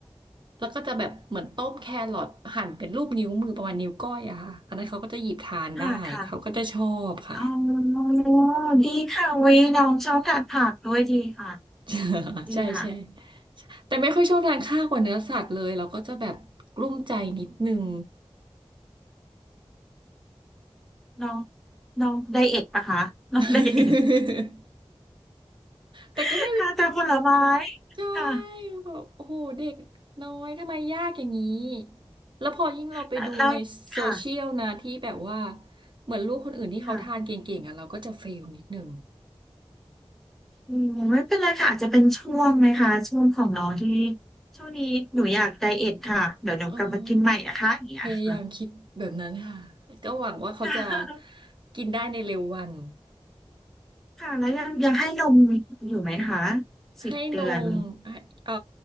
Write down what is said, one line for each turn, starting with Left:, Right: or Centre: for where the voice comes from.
Right: แล้วก็จะแบบเหมือนต้มแครอทหั่นเป็นรูปนิ้วมือประมาณนิ้วก้อยอะค่ะอันนั้นเขาก็จะหยิบทานได้เขาก็จะชอบค่ะ
Centre: ค่ะค่ะ อ๋อดีค่ะวิน้องชอบทานผักด้วยดีค่ะ
Right: <laughs>
Centre: ดีค่ะ
Right: ใช่ใช่แต่ไม่ค่อยชอบทานข้าวกับเนื้อสัตว์เลยเราก็จะแบบกลุ้มใจนิดนึง
Centre: น้องน้องไดเอทปะคะน้องไดเอท
Right: <laughs> แต่ก็ไม่
Centre: <laughs> ทานแต่ผลไม้
Right: ใช่
Centre: ค่ะ
Right: แบบโอ้โหเด็กน้อยทำไมยากอย่างนี้แล้วพอยิ่งเราไปดูในโซเชียลนะที่แบบว่า
Centre: แล้วแล้วค่ะ
Right: เหมือนลูกคนอื่นที่เขาทานเก่งๆอ่ะเราก็จะเฟลนิดหนึ่ง
Centre: ค่ะอืมไม่เป็นไรค่ะอาจจะเป็นช่วงไหมคะช่วงของน้องที่ช่วงนี้หนูอยากไดเอทค่ะเดี๋ยวหนูกลับมากินใหม่นะคะอย่างเงี้ยค่ะ
Right: เออพยายามคิดแบบนั้นค่ะก็หวังว่าเขาจะ
Centre: ค่ะ
Right: กินได้ในเร็ววัน
Centre: แล้วยังยังให้นมอยู่ไหมคะสิบเดือน
Right: ให้นมให้เอ่อ